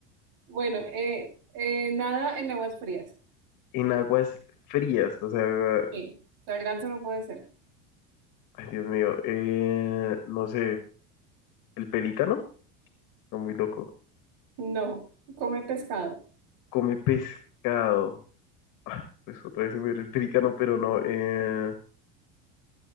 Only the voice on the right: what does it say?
Bueno, eh,
eh, nada en aguas frías.
Sí. O no puede ser.
No. Come pescado.